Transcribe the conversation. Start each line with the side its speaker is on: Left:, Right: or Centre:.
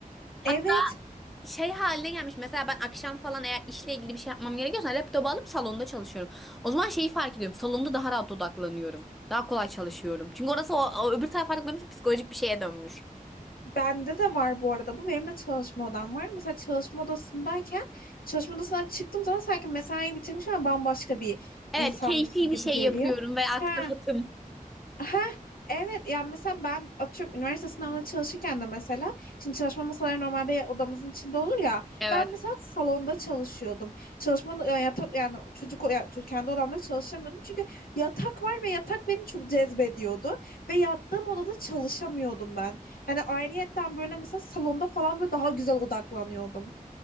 Centre: Hatta
Left: Evet.
Centre: şey haline gelmiş. Mesela ben akşam falan eğer işle ilgili bir şey yapmam gerekiyorsa laptopu alıp salonda çalışıyorum. O zaman şeyi fark ediyorum. Salonda daha rahat odaklanıyorum. Daha kolay çalışıyorum. Çünkü orası o, o öbür taraf artık benim için psikolojik bir şeye dönmüş.
Left: Bende de var bu arada bu. Benim de çalışma odam var. Mesela çalışma odasındayken çalışma odasından çıktığım zaman sanki mesai bitirmiş ama bambaşka bir
Centre: Evet,
Left: insanmışım
Centre: keyfi
Left: gibi
Centre: bir şey
Left: geliyor.
Centre: yapıyorum ve artık
Left: He,
Centre: rahatım.
Left: Ha evet yani mesela ben atıyorum üniversite sınavına çalışırken de mesela şimdi çalışma masaları normalde odamızın içinde olur ya
Centre: Evet.
Left: ben mesela salonda çalışıyordum. Çalışma ya- yatak yani çocuk ya, çocuk- kendi odamda çalışamıyordum çünkü yatak var ve yatak beni çok cezbediyordu ve yattığım odada çalışamıyordum ben. Hani ayrıyetten böyle mesela salonda falan böyle daha güzel odaklanıyordum.